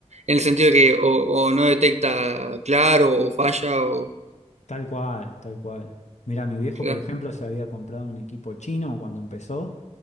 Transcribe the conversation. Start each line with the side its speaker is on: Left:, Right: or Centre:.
Right: En el sentido que o, o no detecta claro, o falla, o.
Left: Tal cual, tal cual. Mira, mi viejo,
Right: Claro.
Left: por ejemplo, se había comprado un equipo chino cuando empezó